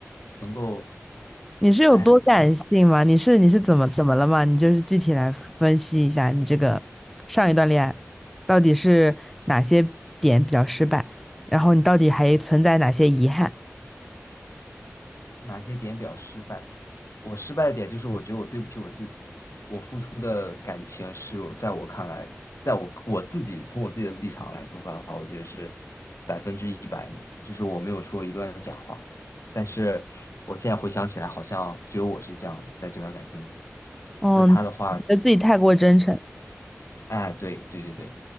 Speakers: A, on the left; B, in the centre.
A: 能够，
B: 你是有多感性吗？
A: 哎，
B: 你是你是怎么怎么了吗？你就是具体来分析一下，你这个上一段恋爱到底是哪些点比较失败，然后你到底还存在哪些遗憾？
A: 哪些点比较失败？我失败的点就是我觉得我对不起我自己，我付出的感情是我在我看来，在我我自己从我自己的立场来出发的话，我觉得是百分之一百的，就是我没有说一段假话。但是我现在回想起来，好像只有我是这样的，在这段感情里，
B: 嗯，
A: 就是他的话，
B: 你觉得自己太过真诚，
A: 哎，对对对对。